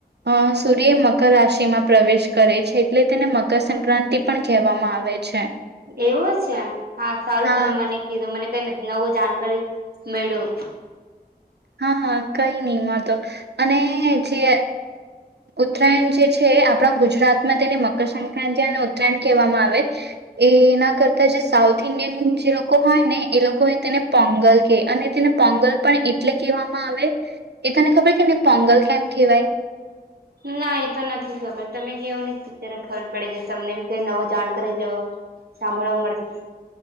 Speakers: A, on the right; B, on the right.
A: અ સૂર્ય મકર રાશિમાં પ્રવેશ કરે છે એટલે તેને મકરસક્રાંતિ પણ કહેવામાં આવે છે.
B: એવું છે! હા સારું
A: હા.
B: તમે મને કીધું મને કઈ નવું જાણકારી મળ્યું.
A: હા હા કઈ નહી એમાં તો અને જે ઉત્તરાયણ જે છે, આપણા ગુજરાતમાં તેને મકરસંક્રાંતિ અને ઉત્તરાયણ કહેવામાં આવે એના કરતા જે સાઉથ ઇન્ડિયન જે લોકો હોય ને એ લોકો એ તેને પોંગલ કેય અને તેને પોંગલ પણ એટલે કહેવામાં આવે એ તને ખબર કે ને પોંગલ કેમ કેહવાય?
B: ના એતો નથી ખબર તમે કેવો ની જરા ખબર પડી જશે, તમને બી કઈ નવું જાણકારી જેવ સાંભળવા મળશે.